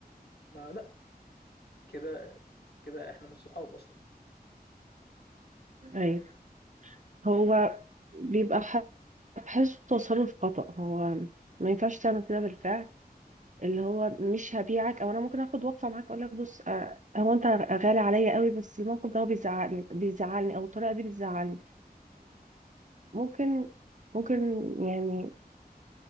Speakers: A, on the left (about 80°); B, on the right (about 50°).
A: ما لا كده كده احنا مش صحاب اصلا
B: ايوه هو بيبقى بحسه تصرف خطأ هو ما ينفعش تعمل كده بالفعل اللي هو مش هبيعك او انا ممكن اخد وقفه معاك اقول لك بص آه، هو انت غالي عليا قوي بس الموقف ده هو بيزعلني بيزعلني او الطريقه دي بتزعلني فممكن ممكن يعني